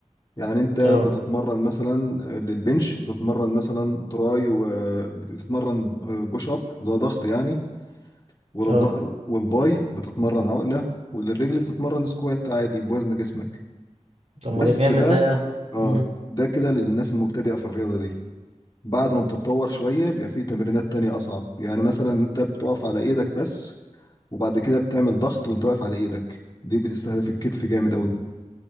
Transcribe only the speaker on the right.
اه
اه
طب
ما ده جامد
ده
مم.